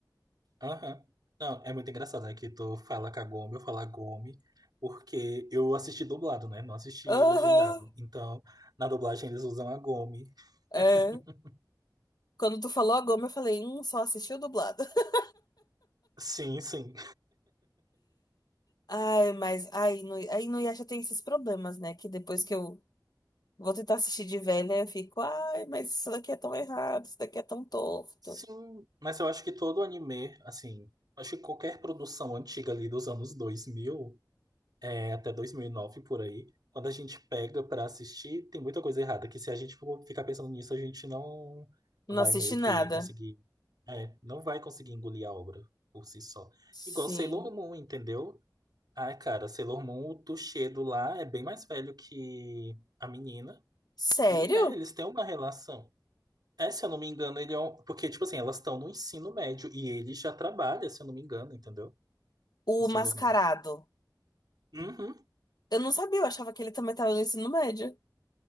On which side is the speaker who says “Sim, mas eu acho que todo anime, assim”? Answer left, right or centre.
Right